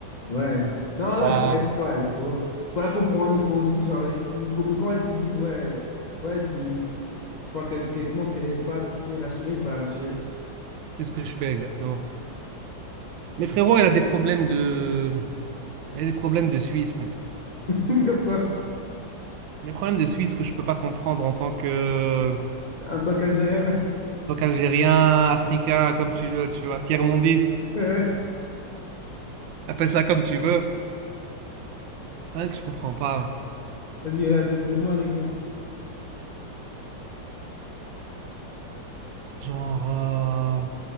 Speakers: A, on the left; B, on the right.
A: ouais. Non, non,
B: Froid.
A: il faut pas être froid. Il faut, il faut la comprendre. Il faut aussi, genre, il il faut que quand elle te dise, ouais, ouais, tu. Enfin, qu'elle qu'elle te montre qu'elle n'est pas très rassurée, il faut la rassurer, quoi.
B: Qu'est-ce que je fais exactement? Mais frérot, elle a des problèmes de. Elle a des problèmes de Suisse, mec.
A: <laughs> Comme quoi,
B: Des problèmes de Suisse que je peux pas comprendre en tant que.
A: en tant qu'Algérien. <laughs>
B: en tant qu'Algérien, Africain, comme tu veux, tu vois, tiers-mondiste.
A: Ouais.
B: Appelle ça comme tu veux. Le problème que je comprends pas, mec.
A: Vas-y, euh, d- donne-moi un exemple.
B: Genre. euh,